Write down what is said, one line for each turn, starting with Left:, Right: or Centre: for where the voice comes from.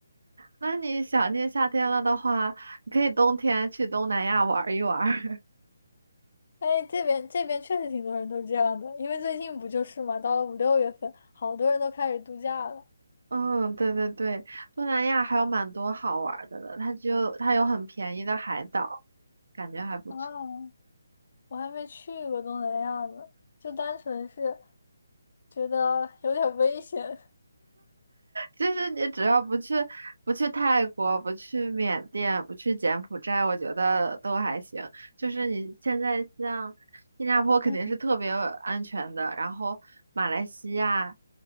Right: 那你想念夏天了的话，你可以冬天去东南亚玩一玩儿。<laughs>
Left: 哎，这边这边确实挺多人都这样的，因为最近不就是嘛，到了五六月份，好多人都开始度假了
Right: 嗯，对对对，东南亚还有蛮多好玩儿的了，它就它有很便宜的海岛，感觉还不错。
Left: 啊！我还没去过东南亚呢，就单纯是觉得有点危险。
Right: 就是你只要不去不去泰国，不去缅甸，不去柬埔寨，我觉得都还行。就是你现在像新加坡肯定是特别安全的，
Left: <laughs> 嗯。
Right: 然后马来西亚，